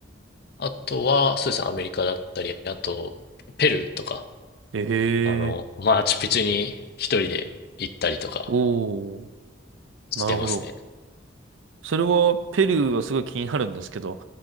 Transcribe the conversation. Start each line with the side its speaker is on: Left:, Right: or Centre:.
Left: あとはそうですね、アメリカだったり、あとペルーとか、
Right: ええ
Left: あの、マーチュピチュに一人で行ったりとか
Right: おお
Left: してますね。
Right: ー、なるほど。それは、ペルーはすごい気になるんですけど、